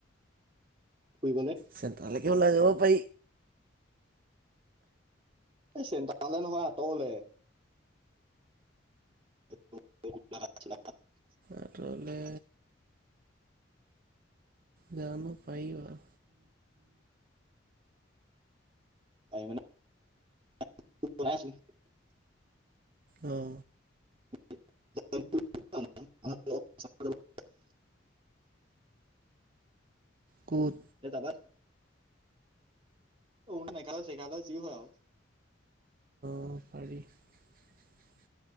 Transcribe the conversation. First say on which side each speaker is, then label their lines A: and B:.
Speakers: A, on the right (about 25°); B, on the right (about 45°).
A: ফুৰিবলে?
B: চ তাললে কি ওলা যাব ব
A: চেন্তা তালে নহয় আঁতলে চ <unintelligible>
B: আঁতৰলে যাম পাৰিবা
A: পাৰিবা নে <unintelligible>
B: অহ
A: <unintelligible>
B: কুত
A: সেই তাবাৰ শ ন নাইকাল চেকাাল য হয় আৰু
B: অ পাৰি <unintelligible>